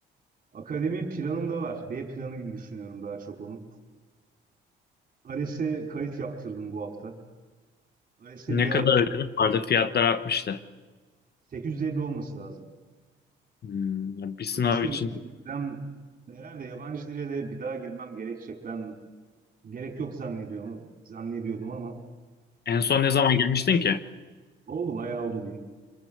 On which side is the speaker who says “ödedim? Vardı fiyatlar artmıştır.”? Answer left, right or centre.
Left